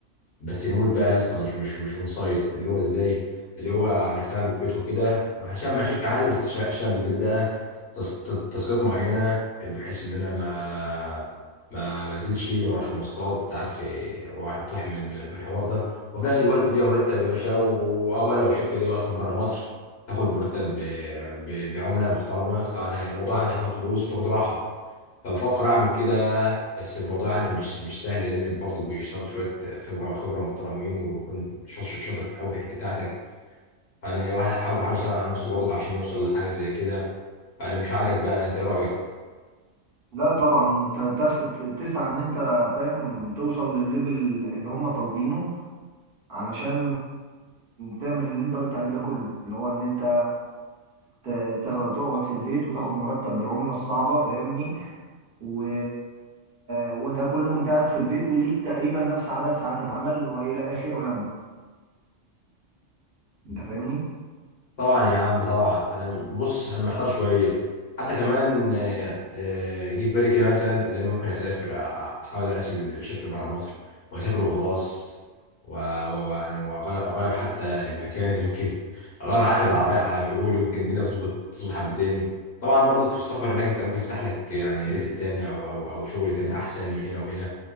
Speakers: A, on the left; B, on the right.
A: بس ريموت بقى يا اسطى مش مش مش اون سايت اللي هو ازاي اللي هو انا هشتغل من البيت وكده ما هشتغل مع شركه عادي بس شا- هشتغل من البيت ده تاسك- تا- تاسكات معينه بحيث ان انا ما ما ما انزلش ما اروحش مواصلات انت عارف إيه، وهطرح من من من الحوار ده وفي نفس الوقت ليا مرتب يا باشا وابقى لو الشركه دي بقى اصلا بره مصر تاخد مرتب ب... ب... بعملة محترمة فانا الموضوع يعني هتاخد فلوس وتاخد راحة فبفكر اعمل كده بس الموضوع يعني مش مش سهل لان برضه بيشترط شويه خبره خبره محترمين ويكون شاطر شاطر في قوي في الحته بتاعتك فانا واحد حابب حابب يشتغل على نفسه برضه عشان يوصل لحاجه زي كده فانا مش عارف بقى انت ايه رايك
B: لا طبعا انت تس... تسعى ان انت فاهم توصل للليفل اللي هم طالبينه علشان تعمل اللي انت قلت عليه ده كله اللي هو ان انت ت- تاخد تقعد في البيت وتاخد مرتب بالعملة الصعبة فاهمني و... وده كله وانت قاعد في البيت وليك تقريبا نفس عدد ساعات العمل والى اخره يعني انت فاهمني
A: طبعا يا عم طبعا انا بص انا محتار شويه حتى كمان آه، آه، جه في بالي كده مثلا اللي انا ممكن اسافر أ- أ- احاول اراسل شركه بره مصر واسافر وخلاص و- و- ويعني واغير اغير حتى المكان يمكن <laughs> اغير عتب على رأي- على بيقولوا يمكن الدنيا تظبط تظبط حبتين طبعا برضك في السفر هناك انت ممكن تفتح لك يعني رزق تاني او او او شغل تاني احسن من هنا وهنا